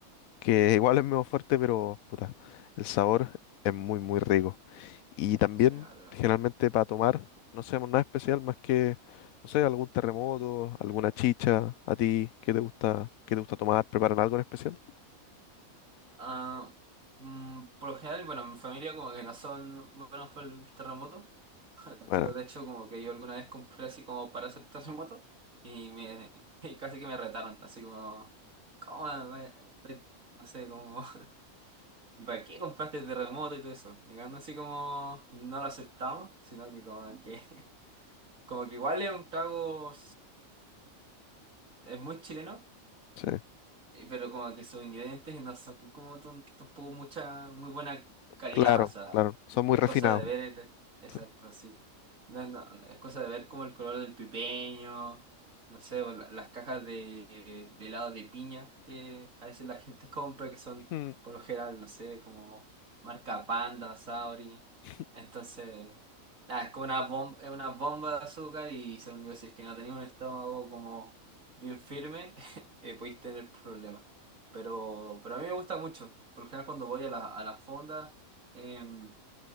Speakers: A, on the left (about 85°); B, on the right (about 70°).
A: que igual es menos fuerte, pero puta, el sabor es muy, muy rico. Y también,
B: Sí, atrás.
A: generalmente para tomar, no hacemos nada especial más que, no sé, algún terremoto, alguna chicha. ¿A ti qué te gusta, qué te gusta tomar? ¿Preparan algo en especial?
B: Ah, mm, por lo general, bueno, mi familia como que no son buenos por el terremoto. <laughs>
A: Bueno,
B: Tipo, de hecho, como que yo alguna vez compré así como para hacer terremoto y, me, <laughs> y casi que me retaron, así como, ¿cómo? va- No sé, como, <laughs> ¿y para qué compraste terremoto y todo eso? Llegando así como, no lo aceptamos, sino que como que, <laughs> como que igual es un trago, es muy chileno,
A: sí,
B: Eh, Pero como que sus ingredientes no son como tan- tampoco mucha, muy buena calidad,
A: claro,
B: o sea,
A: claro, son muy
B: es
A: refinados.
B: cosa de ver, el- exacto,
A: Sí,
B: sí. No, no, no, es cosa de ver como el color del pipeño, no sé, o la- las cajas de, de helado de piña que a veces la gente <laughs> compra, que son
A: Mm,
B: por lo general, no sé, como marca Panda, Sauri.
A: <laughs>
B: Entonces, nada, es como una bomba, es una bomba de azúcar y según yo, si es que no tenía un estómago como bien firme eh, podéis tener problemas. Pero, pero a mí me gusta mucho. Por lo general, cuando voy a la, a la fonda, em,